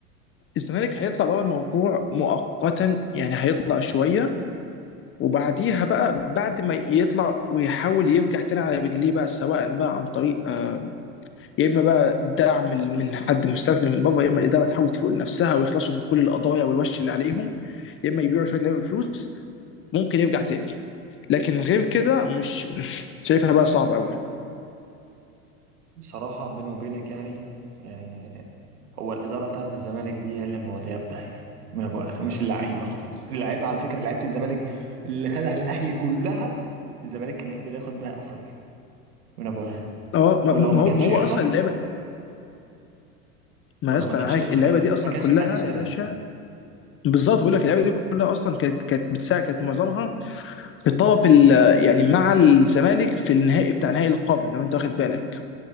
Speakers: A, on the left; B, on the right.
A: الزمالك هيطلع بره الموضوع مؤقتا يعني هيطلع شويه وبعديها بقى بعد ما يطلع ويحاول يرجع تاني على رجليه بقى سواء بقى عن طريق آه، يا اما بقى دعم من من حد مستثمر من بره يا اما الاداره تحاول تفوق نفسها ويخلصوا من كل القضايا والوش اللي عليهم يا اما يبيعوا شويه لعيبه بفلوس ممكن يرجع تاني لكن غير كده مش <laughs> شايفها بقى صعب قوي
B: بصراحة بيني وبينك يعني يعني هو الإدارة بتاعت الزمالك دي هي اللي مودية في داهية من أبو آخر مش اللعيبة خالص اللعيبة على فكرة لعيبة الزمالك اللي خدها الأهلي كلها الزمالك كان يقدر ياخد بيها أفريقيا من أبو آخر
A: اه ما
B: ولو
A: ما- ما
B: ما
A: هو
B: كانش
A: ما هو
B: يقدر
A: اصلا اللعبه ما
B: ولو
A: يا اسطى
B: ما كانش
A: أنا معاك
B: يقدر
A: اللعبه
B: كان
A: دي اصلا
B: ما كانش
A: كلها
B: الأهلي اشتراها
A: يا باشا بالظبط بقول لك اللعبه دي كلها اصلا كانت كانت بتساعد كانت معظمها في الطرف ال- يعني مع الزمالك في النهائي بتاع نهائي القرن لو انت واخد بالك